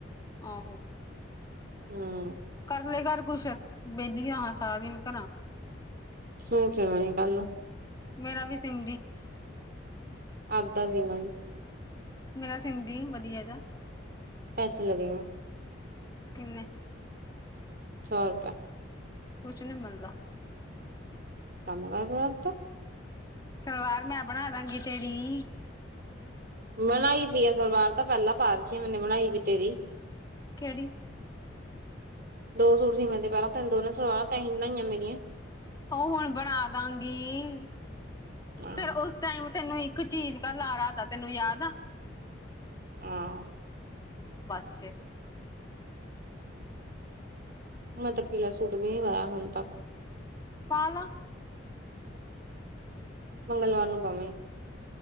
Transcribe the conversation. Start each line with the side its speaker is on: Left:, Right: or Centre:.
Left: ਆਹੋ।
Right: ਹਮ।
Left: ਕਰ ਲਏ ਘਰ ਕੁਛ, ਵੇਲੀ ਹਾਂ ਸਾਰਾ ਦਿਨ ਘਰਾਂ।
Right: ਸ਼ੂਟ ਸਿਮਾਗੀ, ਕੱਲ ਨੂੰ <unintelligible>
Left: ਮੇਰਾ ਵੀ ਸਿੰਮਦੀ।
Right: ਆਪਦਾ ਸਿਮਾਂਗੀ
Left: ਮੇਰਾ ਸਮ ਦੀ, ਵਧੀਆ ਜਿਹਾ।
Right: ਪੈਸੇ ਲਗੇਗਾ।
Left: ਕਿੰਨੇ?
Right: ਸੌ ਰੁਪਏ।
Left: ਕੁਛ ਨੀ ਮਿਲਦਾ।
Right: ਤਮ ਕਰ ਫੇਰ ਤਾਂ
Left: ਸਲਵਾਰ ਮੈਂ ਬਣਾ ਦਾਂਗੀ, ਤੇਰੀ।
Right: ਬਣਾਈ ਪਈ ਅ ਸਲਵਾਰ ਤਾਂ, ਪਹਿਲਾਂ ਪਾ ਰੱਖ ਮੈਨੇ ਬਣਾਈ ਵੀਈ ਤੇਰੀ।
Left: ਕਿਹੜੀ?
Right: ਦੋ ਸੂ ਟ ਸੀ ਮੈਂ ਤੇ ਪਹਿਲਾਂ, ਤਿੰਨ ਦੋ ਨੇ ਸਲਵਾਰਾਂ ਤਸੀ ਹੀ ਬਣਾਈਆਂ ਮੇਰੀਆਂ।
Left: ਉਹ ਹੁਣ ਬਣਾ ਦਾਂਗੀ।
Right: ਹਾਂ
Left: ਫੇਰ ਉਸ ਟਾਈਮ ਤੈਨੂੰ ਇੱਕ ਚੀਜ਼ ਦਾ ਲਾਰਾ ਹੁੰਦਾ ਤੈਨੂੰ ਯਾਦ ਆ।
Right: ਹਾਂ।
Left: ਬਸ ਫੇਰ
Right: ਮੈਂ ਤਾਂ ਪੀਲਾ ਸੂਟ ਵੀ ਨੀ ਪਾਯਾ ਹੁਣ ਤੱਕ
Left: ਪਾ ਲੈ।
Right: ਮੰਗਲਵਾਰ ਨੂੰ ਪਾਵੀਂ।